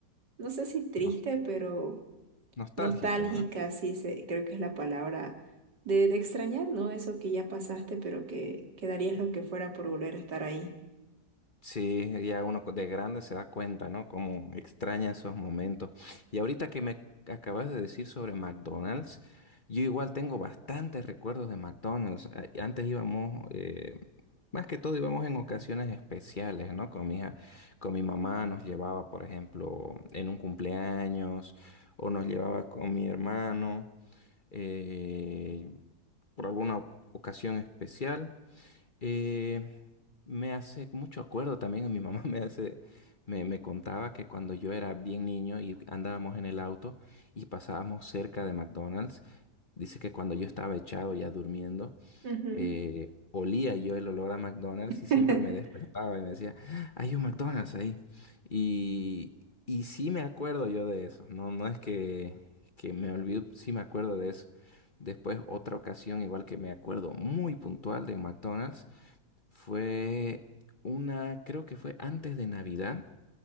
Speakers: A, on the right (about 90°); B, on the left (about 35°).
A: no sé si triste,
B: No-
A: pero...
B: nostálgica,
A: Nostálgica,
B: ¿no?
A: sí, se, creo que es la palabra de, de extrañar, ¿no? Eso que ya pasaste, pero que, que darías lo que fuera por volver a estar ahí.
B: Sí, ya uno de grande se da cuenta, ¿no? Como extraña esos momentos. Y ahorita que me acabas de decir sobre McDonald's, yo igual tengo bastantes recuerdos de McDonald's. A- Antes íbamos, eh, más que todo íbamos en ocasiones especiales, ¿no? Con mi hija- con mi mamá nos llevaba, por ejemplo, en un cumpleaños o nos llevaba con mi hermano eh, por alguna ocasión especial. Eh, me hace mucho acuerdo también, mi mamá <laughs> me hace, me, me contaba que cuando yo era bien niño y andábamos en el auto y pasábamos cerca de McDonald's, dice que cuando yo estaba echado ya durmiendo,
A: Ujú.
B: eh, olía yo el olor a McDonald's
A: <laughs>
B: y siempre me despertaba y me decía, "Ah, hay un McDonald's ahí. Y, y sí me acuerdo yo de eso, no, no es que, que me olvido, sí me acuerdo de eso. Después otra ocasión, igual que me acuerdo muy puntual de McDonald's, fue una, creo que fue antes de Navidad.